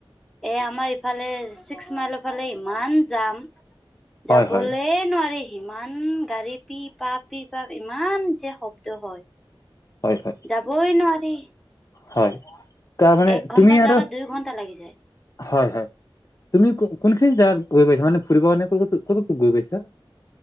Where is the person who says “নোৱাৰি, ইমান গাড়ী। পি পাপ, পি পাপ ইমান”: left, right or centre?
Centre